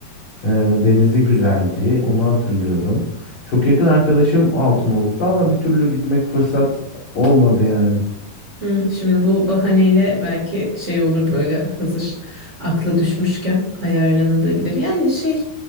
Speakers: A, on the left; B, on the right.
A: Ee, denizi güzeldi. Onu hatırlıyorum. Çok yakın arkadaşım Altınoluk'ta ama bir türlü gitmek fırsat olmadı yani.
B: Hmm, şimdi bu bahaneyle belki şey olur böyle hazır aklı düşmüşken ayarlanabilir. Yani şey